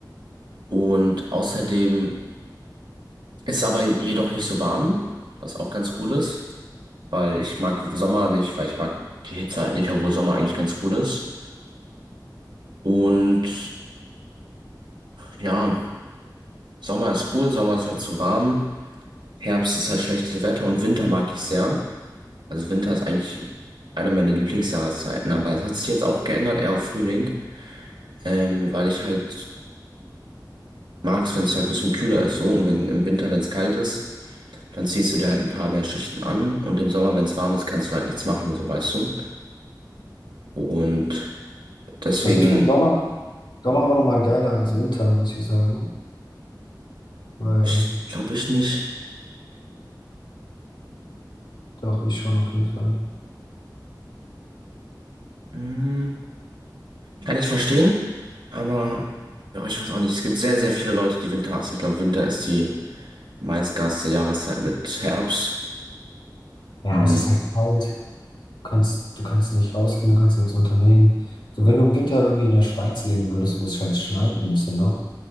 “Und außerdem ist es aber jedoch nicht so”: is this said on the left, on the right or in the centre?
Right